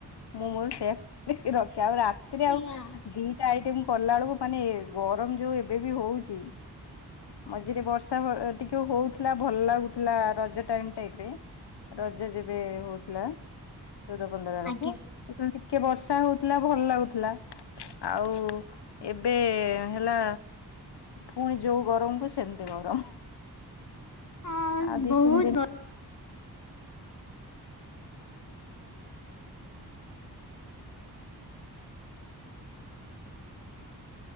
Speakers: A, on the left (about 80°); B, on the left (about 50°).
A: ମୁଁ ମୋର ସେଇଆ ରଖେ ଆଉ ରାତିରେ
B: ସେଇଆ
A: ଆଉ ଦି ଟା ଆଇଟମ କଲା ବେଳକୁ ମାନେ ଗରମ ଯୋଉ ଏବେ ବି ହଉଚି ମଝିରେ ବର୍ଷା ଟିକେ ହଉଥୁଲା ଭଲ ଲାଗୁଥିଲା ରଜ ଟାଇମ୍ ଟାଇପ୍ ରେ ରଜ ଯେବେ ହଉଥିଲା ଚଉଦ ପନ୍ଦର ଆଳକୁ।
B: ଆଜ୍ଞା
A: ସେତବେଳେ ଟିକେ ବର୍ଷା ହଉଥୁଲା ଭଲ ଲାଗୁଥିଲା। ଆଉ ଏବେ ହେଲା ଉଁ ପୁଣି ଯୋଉ ଗରମକୁୁ ସେମିତି ଗରମ।
B: ହ
A: ଆଉ ଦି
B: ବହୁତ
A: ତିନି ଦିନ
B: ଗ